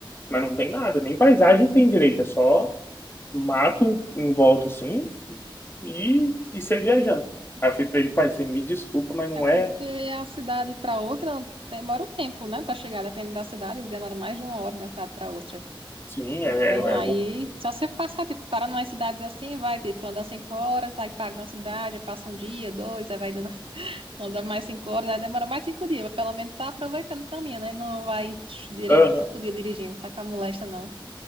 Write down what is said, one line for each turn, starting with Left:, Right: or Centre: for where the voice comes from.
Left: mas não tem nada, nem paisagem tem direito, é só mato em volta assim e, e saí viajando. Aí eu falei pra ele, pai, você me desculpa, mas não
Right: É
Left: é.
Right: porque a cidade para outra demora um tempo, né, para chegar, depende da cidade, demora mais de uma hora de uma cidade para outra,
Left: Sim, é,
Right: né?
Left: é,
Right: Aí,
Left: é bom.
Right: só você passar, tipo, para umas cidades assim, vai, tipo, andar cinco horas, aí para uma cidade, passa um dia, dois, aí vai dando Anda mais cinco horas, aí demora mais cinco dias, mas pelo menos tá aproveitando o caminho, né? Não vai tch, direto
Left: Aham.
Right: cinco dias dirigindo, tá com a molesta, não.